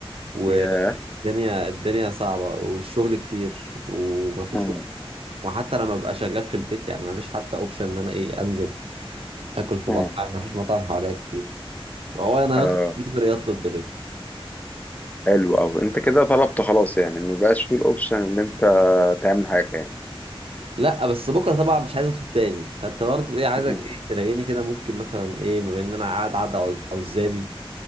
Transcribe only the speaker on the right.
والدنيا
الدنيا صعبة والشغل كتير ومفيش
وقت وحتى لما ببقى شغال في البيت يعني مفيش حتى اوبشن ان انا ايه انزل اكل في
مطاعم مفيش مطاعم حواليا كتير هو انا
يطلب دليفري يطلب دليفري
لا بس بكره طبعا مش عايز اطلب تاني فانت برضه ايه عايزك
ايه تلاقيني كده ممكن مثلا ايه بما ان انا قاعد قاعد عز- عزابي